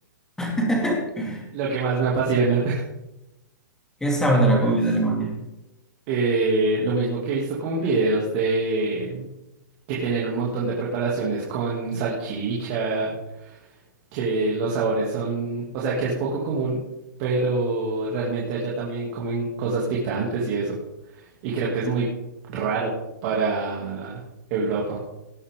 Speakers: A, in the centre; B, on the right.
A: <laughs>
B: <laughs> lo que más me apasiona.
A: ¿Qué sabes
B: No,
A: de
B: pues
A: la comida de Alemania?
B: eh, lo mismo que he visto como en videos de que tienen un montón de preparaciones con salchicha, que los sabores son, o sea, que es poco común, pero realmente allá también comen cosas picantes y eso. Y creo que es muy raro para Europa.